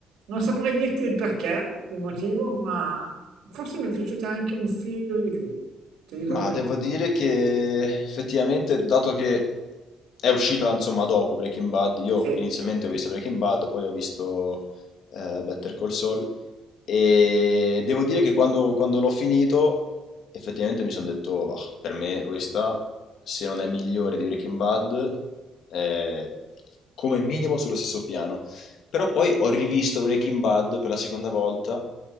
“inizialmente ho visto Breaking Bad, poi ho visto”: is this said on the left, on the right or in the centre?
Left